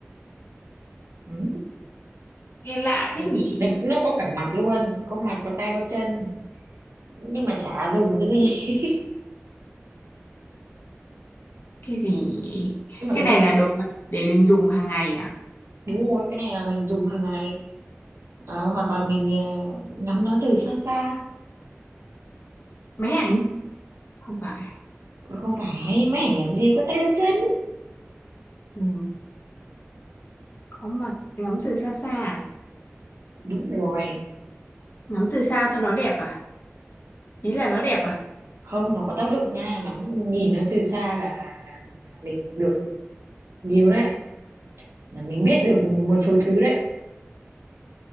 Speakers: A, on the right (about 70°); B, on the left (about 50°).
A: Ừm.
B: Nghe lạ thế
A: nó,
B: nhỉ?
A: nó nó có cả mặt luôn có mặt có tay có chân nhưng mà chả dùng cái gì
B: cái gì nhỉ?
A: <laughs> nhưng mà
B: cái
A: cái
B: này
A: này
B: là đồ vật để mình dùng hàng ngày à
A: đúng rồi cái này là mình dùng hàng ngày Ờ, hoặc là mình ờ, ngắm nó từ xa xa
B: máy ảnh không phải
A: Mà không phải máy ảnh làm gì có tay có chân
B: ừ. có mặt ngắm từ xa xa à?
A: đúng rồi
B: ngắm từ xa cho nó đẹp à ý là nó đẹp à
A: không nó có tác dụng nha ngắm nhìn nó từ xa là là là, là mình được nhiều đấy là mình biết được một số thứ đấy